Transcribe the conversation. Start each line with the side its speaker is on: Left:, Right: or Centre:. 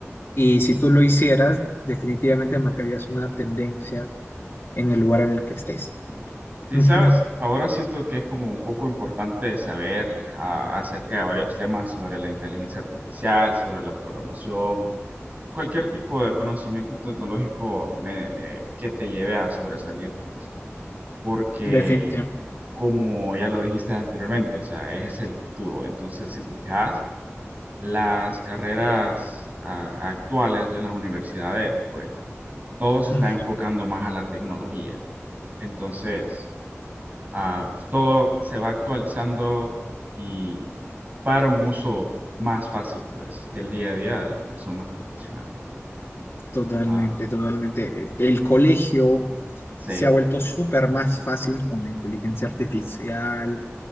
Left: Y si tú lo hicieras, definitivamente marcarías una tendencia en el lugar en el que estés.
Right: Sí,
Left: Ujú,
Right: sabes, ahora siento que es como un poco importante saber a- acerca de varios temas sobre la inteligencia artificial, sobre la programación, cualquier tipo de conocimiento tecnológico me- eh, que te lleve a sobresalir, pues, porque
Left: Definitivamente.
Right: como ya lo dijiste anteriormente, o sea, es el futuro. Entonces, si te fijas, las carreras ah, actuales en las universidades, pues, todo se
Left: Ujú,
Right: está enfocando más a la tecnología. Entonces... Ah, pues, todo se va actualizando y para un uso más fácil, pues, del día a día de las personas profesionales.
Left: Totalmente,
Right: Ah,
Left: totalmente. El colegio
Right: sí.
Left: se ha vuelto súper más fácil con la inteligencia artificial,